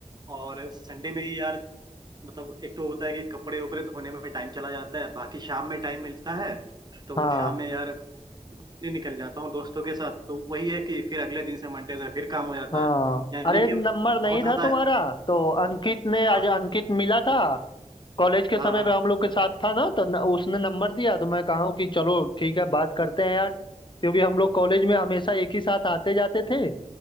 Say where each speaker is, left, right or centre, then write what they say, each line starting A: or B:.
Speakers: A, on the right; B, on the left.
A: और संडे में ही यार मतलब एक तो होता है कि कपड़े वपड़े धोने में टाइम चला जाता है बाकी शाम में टाइम मिलता है तो
B: हाँ
A: वो शाम में यार घूमने निकल जाता हूँ दोस्तों के साथ तो वही है कि फिर अगले दिन से मंडे से फिर काम हो जाता
B: हाँ
A: है यानी
B: अरे नंबर
A: कि
B: नहीं
A: बहुत
B: था
A: ज्यादा
B: तुम्हारा तो अंकित ने
A: हाँ
B: आज अंकित मिला था कॉलेज के
A: हाँ
B: समय
A: हाँ
B: पे हम लोग के साथ था ना तो न, उसने नंबर दिया तो मैं कहा कि चलो ठीक है बात करते हैं यार क्योंकि हम लोग कॉलेज में हमेशा एक ही साथ आते जाते थे